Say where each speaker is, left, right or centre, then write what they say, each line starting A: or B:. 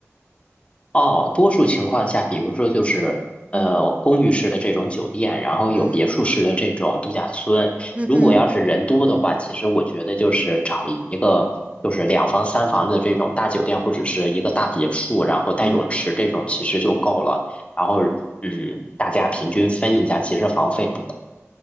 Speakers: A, on the left; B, on the right.
A: 哦，多数情况下，比如说就是呃公寓式的这种酒店，
B: 嗯
A: 然后有别墅式的这种度假村。
B: 嗯嗯嗯
A: 如果要是人多的话，其实我觉得就是找一个就是两房三房的这种大酒店，或者是一个大别墅，然后带泳池这种其实就够了。
B: 嗯
A: 然后嗯，大家平均分一下，其实房费不贵。